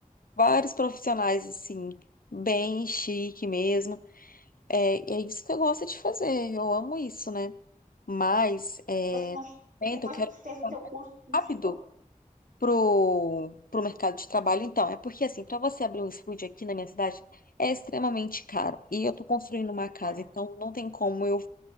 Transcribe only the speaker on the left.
vários profissionais assim, bem chique mesmo. É, e é isso que eu gosto de fazer, eu amo isso, né? Mas é,
então
eu quero
rápido
pro, pro mercado de trabalho. Então, é porque assim, para você abrir um estúdio aqui na minha cidade é extremamente caro. E eu tô construindo uma casa,
então não tem como eu